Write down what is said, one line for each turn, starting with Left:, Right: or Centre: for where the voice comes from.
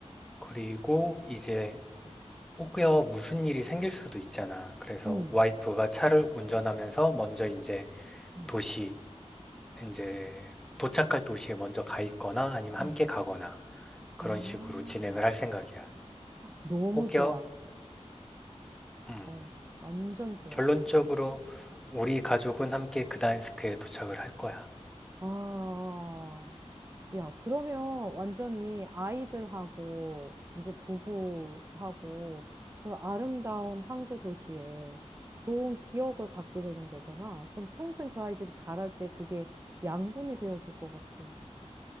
Centre: 그리고 이제 혹여 무슨 일이 생길 수도 있잖아. 그래서
Right: 응,
Centre: 와이프가 차를 운전하면서 먼저 이제
Right: 응,
Centre: 도시, 이제 도착할 도시에 먼저 가 있거나 아니면
Right: 응.
Centre: 함께 가거나 그런
Right: 아,
Centre: 식으로 진행을 할 생각이야.
Right: 너무
Centre: 혹여,
Right: 좋아.
Centre: 음,
Right: 어, 완전 좋아.
Centre: 결론적으로 우리 가족은 함께 그다인스크에 도착을 할 거야.
Right: 아, 야, 그러면 완전히 아이들하고 이제 부부하고 그 아름다운 항구 도시에 좋은 기억을 갖게 되는 거잖아. 그럼 평생 그 아이들이 자랄 때 그게 양분이 되어줄 것 같아.